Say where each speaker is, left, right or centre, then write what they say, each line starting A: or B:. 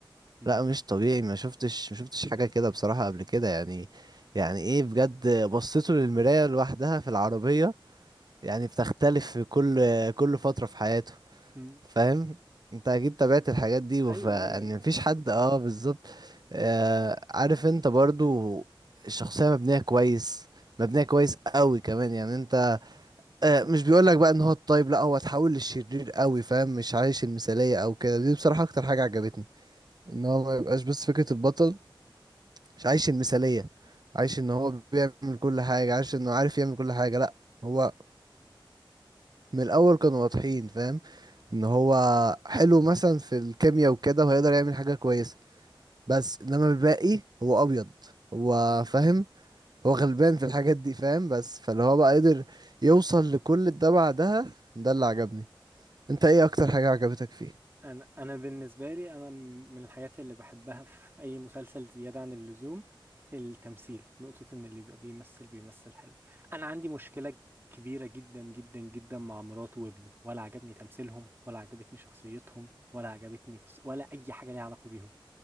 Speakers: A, on the right (about 25°); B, on the right (about 50°).
A: امم
B: لا مش طبيعي ما شفتش ما شفتش حاجة كده بصراحة قبل كده يعني يعني ايه بجد بصيته للمراية لوحدها في العربية يعني بتختلف في كل كل فترة في حياته
A: امم
B: فاهم انت اكيد تابعت الحاجات دي وف
A: ايوه
B: يعني
A: ايوه ايوه
B: مفيش حد اه بالظبط آه عارف انت برضو الشخصية مبنية كويس مبنية كويس قوي كمان يعني انت آه مش بيقول لك بقى ان هو الطيب لا هو اتحول للشرير قوي فاهم مش عايش المثالية او كده دي بصراحة اكتر حاجة عجبتني ان هو ما يبقاش بس فكرة البطل مش عايش المثالية عايش ان هو بيعمل كل حاجة عايش انه عارف يعمل كل حاجة لا هو من الاول كانوا واضحين فاهم ان هو حلو مثلا في الكيمياء وكده وهيقدر يعمل حاجة كويسة بس انما الباقي هو ابيض هو
A: مم.
B: فاهم هو غلبان في الحاجات دي فاهم بس فاللي هو بقى قدر يوصل لكل ده بعدها ده اللي عجبني انت ايه اكتر حاجة عجبتك فيه
A: انا انا بالنسبه لي انا م- من الحاجات اللي بحبها في اي مسلسل زياده عن اللزوم التمثيل نقطه ان اللي بيبقى بيمثل بيمثل حلو انا عندي مشكله كبيره جدا جدا جدا مع مراته وابنه ولا عجبني تمثيلهم ولا عجبتني شخصيتهم ولا عجبتني قص... ولا اي حاجه ليها علاقه بيهم